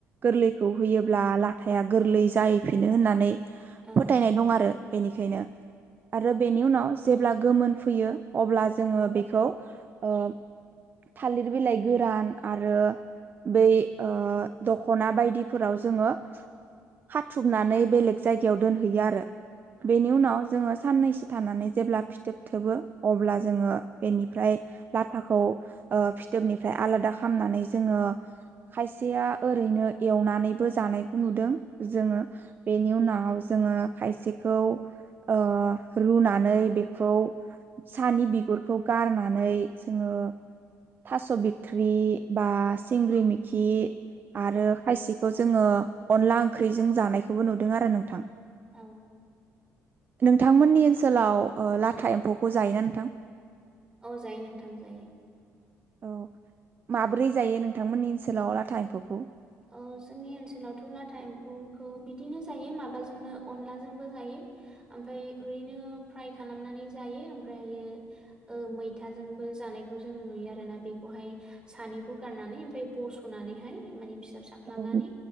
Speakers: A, on the right (about 35°); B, on the right (about 15°).
A: गोरलै खौ होयोब्ला लाथाया गोरलै जाहैफिनो होननानै
B: औ
A: फोथायनाय दं आरो बेनिखायनो आरो बेनि उनाव जेब्ला गोमोन फैयो अब्ला जोङो बेखौ ओ थालिर बिलाइ गोरान आरो बै दख'ना ओ बायदिफोराव जोङो खाथुबनानै बेलेग जायगायाव दोनहैयो आरो।
B: औ
A: बेनि उनाव जोङो साननैसो थानानै जेब्ला फिथोब थोबो अब्ला जोङो बेनिफ्राय लाथाखौ ओ फिथोबनिफाय आलादा खामनानै जोङो खायसेया ओरैनो एवनानैबो जानायखौ नुदों जोङो बेनि उनाव जोङो खायसेखौ ओ रुनानै बेखौ सानि बिगुरखौ गारनानै जोङो थास' बिथ्रि बा सिंग्रि मिखि आरो
B: औ
A: खायसे खौ जोङो अनला ओंख्रिजों जानायखौबो नुदों आरो नोंथां
B: औ
A: नोंथांमोननि ओनसोलाव ओ लाथा एम्फौखौ जायोना नोंथां
B: औ जायो नोंथां जायो
A: औ माबोरै जायो नोंथांमोननि ओनसोलाव लाथा एम्फौखौ
B: ओ जोंनि ओनसोलावथ' लाथा एम्फौखौ बिदिनो जायो माबाजोंनो अनलाजोंबो जायो ओमफ्राय ओरैनो फ्राय खालामनानै जायो ओमफ्राय ओ मैथाजोंब बो जानायखौ जोङो नुयो आरो ना बेखौहाय सानखौ गारनानै ओमफराय बसनानै हाय माने फिसा फिसा खालामनानै
A: औ